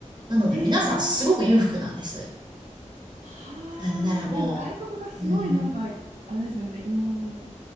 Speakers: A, on the right; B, on the right.
A: なので皆さんすごく裕福なんです。
B: ええはあ、
A: なんならもう、
B: なんか外国がすごいなんか、
A: うん、
B: あれですよね、移民、